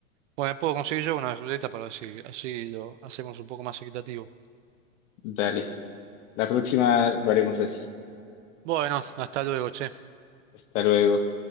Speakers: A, on the right (about 60°); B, on the left (about 60°).
A: bueno, puedo conseguir yo una ruleta para ver si así lo hacemos un poco más equitativo.
B: Dale, la próxima lo haremos así.
A: Bueno, hasta luego, che.
B: Hasta luego.